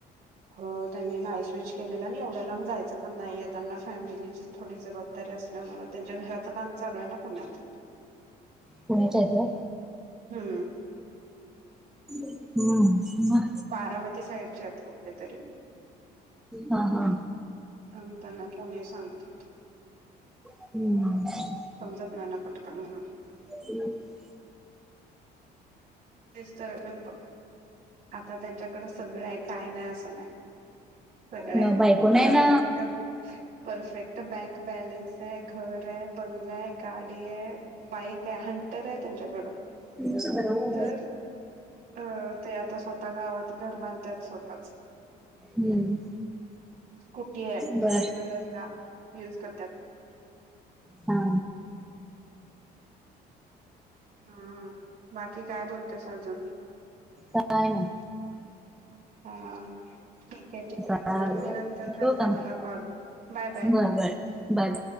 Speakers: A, on the right; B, in the centre.
A: हो त्यांनी नाय केलेला आणि एवढ्याला जायचं पण नाही आहे त्यांना फॅमिलीची थोडी जबाबदारी असल्यामुळे त्यांच्या घराच काम चालू आहे ना पुण्यात आता.
B: पुण्याच्या का?
A: हम्म.
B: हम्म म.
A: बारामती साईडच्या आहेत कुठ तरी.
B: हा हा.
A: सांगताना पुणे सांगतात.
B: हम्म <unintelligible>
A: समजत नाही ना पटकन म्हणून
B: ह <unintelligible>
A: तेच तर गल बघ आता त्यांच्याकडे सगळं आहे काय नाही असं नाही. सगळ्या
B: न
A: आहे
B: बायको नाही
A: परफेक्ट
B: ना
A: परफेक्ट बँक बॅलन्स आहे, घर आहे, बंगला आहे, गाडी आहे, बाईक आहे, हंटर आहे त्यांच्याकड
B: ति सधरा <unintelligible>
A: तर अ ते आता स्वतः गावात घर बांधतात स्वतःच.
B: हम्म.
A: स्कुटी आहे जे
B: बर
A: रेग्युलरला युज करतात.
B: हा.
A: हा बाकी काय बोलतेस अजून?
B: काय नाही.
A: हा. ठीक आहे, ठीक
B: चालतंय.
A: आहे चल मी नंतर करते
B: ठेवू का मग?
A: तुला Call bye, bye.
B: बरं बरं. Bye, bye.